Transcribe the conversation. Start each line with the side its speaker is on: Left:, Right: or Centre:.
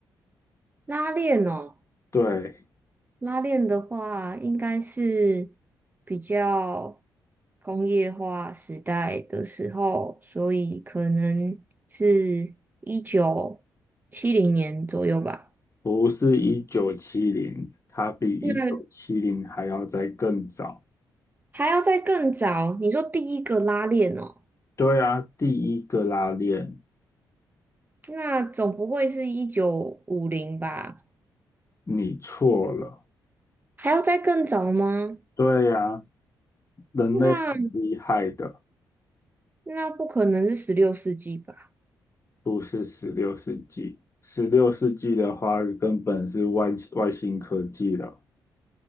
Right: 拉链哦，
Left: 对，
Right: 拉链的话应该是比较工业化时代的时候，所以可能是一九七零年左右吧。
Left: 不是一九七零，它比一九七零还要再更早。
Right: 那还要再更早，你说第一个拉链哦，
Left: 对啊，第一个拉链
Right: 那总不会是一九五零吧？
Left: 你错了。
Right: 还要再更早吗？
Left: 对呀，人类很厉害的，
Right: 那那不可能是十六世纪吧？
Left: 不是十六世纪。十六世纪的话，根本是外外星科技了，